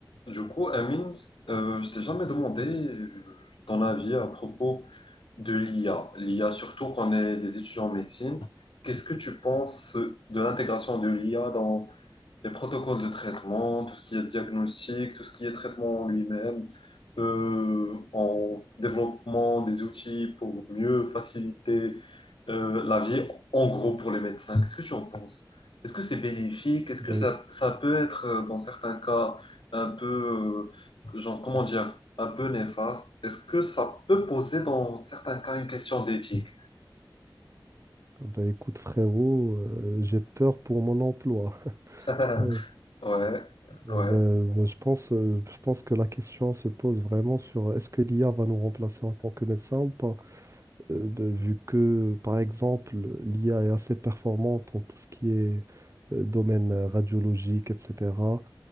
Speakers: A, on the left; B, on the right.
A: Du coup, Amine, euh, je t'ai jamais demandé euh, ton avis à propos de l'IA. L'IA, surtout qu'on est des étudiants en médecine. Qu'est-ce que tu penses de l'intégration de l'IA les protocoles de traitement, tout ce qui est diagnostic, tout ce qui est traitement en lui-même, euh, en développement des outils pour mieux faciliter euh, la vie, en gros pour les médecins. Qu'est-ce que tu en penses? Est-ce que c'est bénéfique? Est-ce
B: Bah,
A: que ça,
B: éc-
A: ça peut être, euh, dans certains cas, un peu, euh, genre, comment dire, un peu néfaste? Est-ce que ça peut poser, dans certains cas, une question d'éthique?
B: bah, écoute frérot, euh, j'ai peur pour mon emploi.
A: <laughs>
B: Euh,
A: Ouais,
B: bah,
A: ouais,
B: moi, je pense, euh, je pense que la question se pose vraiment sur est-ce que l'IA va nous remplacer en tant que médecin ou pas? Euh, bah, vu que, par exemple, l'IA est assez performante en tout ce qui est euh, domaine euh, radiologique, etc.